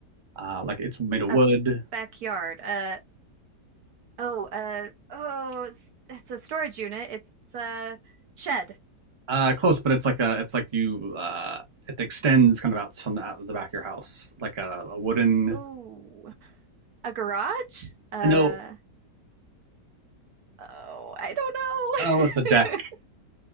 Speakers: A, on the right; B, on the right.
A: Uh, like it's made of
B: A
A: wood.
B: backyard. Uh, oh, uh, oh, it's, it's a storage unit. It's a shed.
A: Uh, close, but it's like a, it's like you, uh, it extends kind of out from the, out of the back of your house, like a, a wooden.
B: Oh, a garage. Uh,
A: No,
B: oh, I don't
A: oh, it's a deck.
B: know. <laughs>